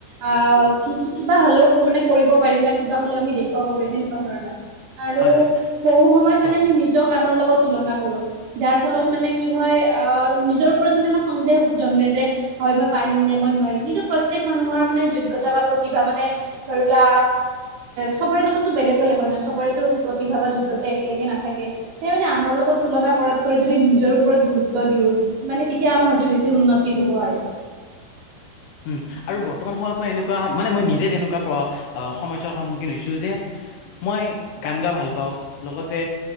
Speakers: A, on the right; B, on the left.
A: আহ কিছু কিবা হলেও মানে কৰিব পাৰিম বা কিবা হ'লেও আমি দেখুৱাব পাৰি তেনেকুৱা ধৰনৰ আৰু
B: হয় হয়
A: বহু সময়ত
B: কোৱা
A: মানে আমি নিজক আনৰ লগত তুলনা কৰো। যাৰ ফলত মানে কি হয় আহ নিজৰ ওপৰত মানে আমাৰ সন্দেহ জন্মে যে হয়, মই পাৰিম নে, ই নোৱাৰিম কিন্তু প্ৰত্যেক মানুহৰ মানে যোগ্যতা বা প্ৰতিভা মানে ধৰিলোৱা চবৰে লগততো বেলেগ-বেলেগ হয় ন চবৰেতো প্ৰতিভা বা যোগ্যতা একে একে নাথাকে, সেই মানে আনৰ লগত তুলনা কৰাত কৰি যদি নিজৰ ওপৰত গুৰুত্ব দিও মানে তেতিয়া আমাৰ হয়তো বেছি উন্নতি হব আৰু
B: উম আৰু বৰ্তমান সময়ত মই এনেকুৱা মানে মই নিজে এনেকুৱা সমস্যাৰ সন্মুখীন হৈছো যে মই গান গাই ভাল পাওঁ লগতে